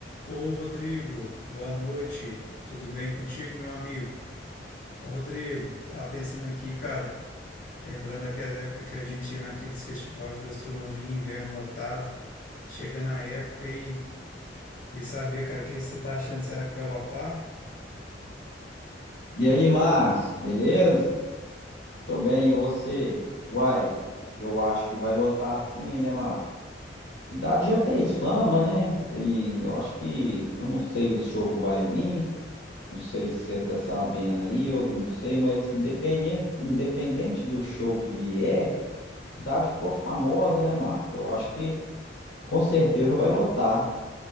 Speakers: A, on the left; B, on the left.
A: Ô Rodrigo, boa noite. Tudo bem contigo, meu amigo? Ô Rodrigo, tava pensando aqui, cara, lembrando daquelas épocas que a gente ia naqueles festivais de gastronomia, inverno lotado. Tá Chegando a época e queria saber, cara, o que você tá achando? Será que vai lotar?
B: E aí, Márcio, beleza? Tô bem, e você? Uai, eu acho que vai lotar assim, né, Márcio? A cidade já fez fama, né? E eu acho que, eu não sei o show que vai vir, não sei se você tá sabendo aí, eu não sei, mas independente, independente do show que vier, a cidade ficou famosa, né, Márcio? Eu acho que com certeza vai lotar.